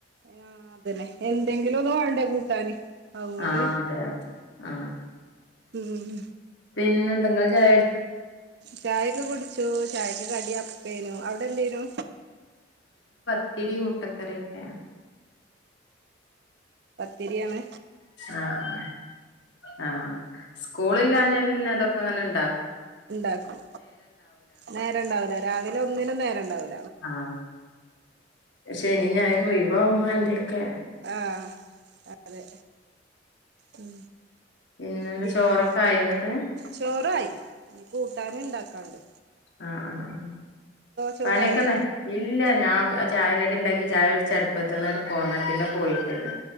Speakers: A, on the right; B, on the left.
A: ആ അതന്നെ എന്തെങ്കിലും ഒന്നു വേണ്ടേ കൂട്ടാന് അതുകൊണ്ട്
B: ആ അതെ അതെ ആ
A: ഉം
B: പിന്നെ എന്ത ഇങ്ങള് ചാ
A: ചായൊക്കെ കുടിച്ചു ചായക്ക് കടി അപ്പേനു അവിടെ എന്തേനു
B: ത്തിരി മുട്ട കറി കേ ആ
A: തിരിയാണ്
B: ആ ആ ആ സ്കൂളില്ലാഞ്ഞാ പിന്നെ അതൊക്കെ അങ്ങനെണ്ട്
A: ഉണ്ടാക്കും നേരഉണ്ടാവൂല്ല രാവിലെ ഒന്നിനും നേര ഉണ്ടാവില്ല
B: ആ ശനി ഞായർ ഒഴിവാവുമ്പൊ എന്തയൊക്കെ
A: ആ അതെ ഉം
B: പിന്നെന്താ
A: പിന്നെ
B: ചോറൊക്കെ ആയോ ഇന്നട്ട്
A: ചോറായി ഇനി കൂട്ടാനും ഇണ്ടാക്കാണ്ട്
B: ആ ആ ആ
A: ചോറായോ
B: പണിയൊക്കന്നെ ഇല്ല ഞാൻ ചായ കടി ഉണ്ടാക്കി ചായ കുടിച്ച അടുപ്പത്തന്നട്ട് പോന്നട്ടില്ല പോയിട്ടില്ല